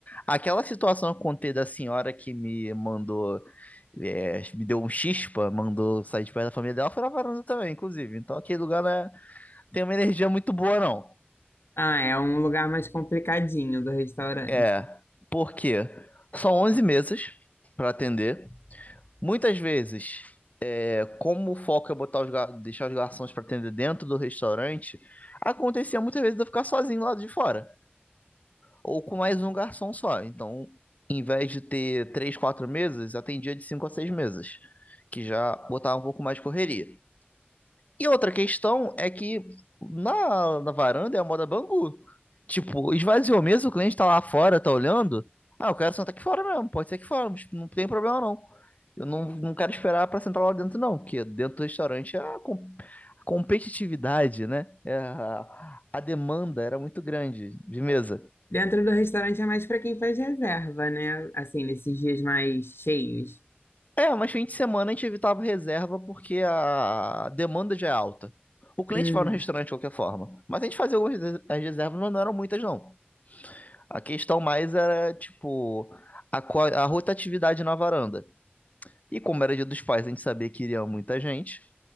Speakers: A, on the left (about 40°); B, on the left (about 70°).
A: Aquela situação que eu contei da senhora que me mandou, é, me deu um chispa, mandou sair de perto da família dela, foi na varanda também, inclusive. Então aquele lugar não é- tem uma energia muito boa, não.
B: Ah, é um lugar mais complicadinho do restaurante.
A: É, porque são 11 mesas para atender. Muitas vezes como o foco é botar os gar- deixar os garçons para atender dentro do restaurante, acontecia muitas vezes de eu ficar sozinho lá de fora, ou com mais um garçom só. Então, em vez de ter três, quatro mesas, atendia de cinco a seis mesas, que já botava um pouco mais de correria. E outra questão é que na, na varanda é a moda Bangu. Tipo, esvaziou mesmo, o cliente tá lá fora, tá olhando. Ah, eu quero sentar aqui fora mesmo, pode ser aqui fora, mas não tem problema não. Eu não, não quero esperar pra sentar lá dentro, não, porque dentro do restaurante é a, com- a competitividade, né? É a, a demanda era muito grande de mesa.
B: Dentro do restaurante é mais para quem faz reserva, né? Assim, nesses dias mais cheios.
A: É, mas fim de semana a gente evitava reserva porque a demanda já é alta. O cliente
B: Hum,
A: vai no restaurante de qualquer forma, mas a gente fazia algumas reservas, mas não eram muitas, não. A questão mais era, tipo, a, qua- a rotatividade na varanda. E como era dia dos pais, a gente sabia que iria muita gente.